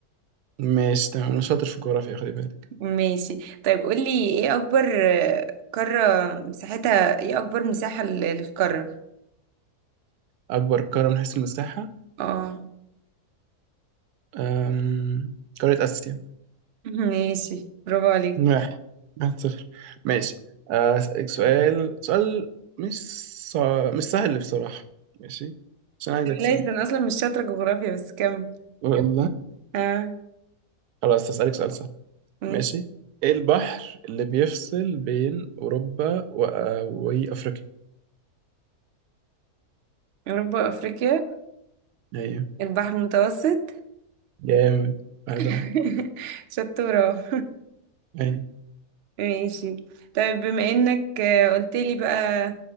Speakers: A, on the right; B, on the right.
A: ماشي تمام انا شاطر في الجغرافيا خلي بالك
B: ماشي طيب قولي ايه أكبر آه، قارة مساحتها ايه أكبر مساحة لل- للقارة
A: اكبر قارة من حيث المساحة
B: اه
A: أم... قارة اسيا
B: <laughs> ماشي برافو عليك
A: واحد واحد صفر ماشي آه، اسالك سؤال سؤال مش صع... مش سهل بصراحة ماشي عشان عايز
B: بلاش
A: اكسب يعني
B: ده أنا أصلا مش شاطرة جغرافيا بس كمل
A: والله
B: اه
A: خلاص هسألك سؤال سهل
B: ماشي
A: ماشي ايه البحر اللي بيفصل بين اوروبا و... وافريقيا
B: أوروبا وأفريقيا
A: ايوه
B: البحر المتوسط
A: جامد واحد
B: <laughs>
A: واحد
B: شطورة
A: أيوة.
B: ماشي طيب بما إنك آه، قلتلي بقى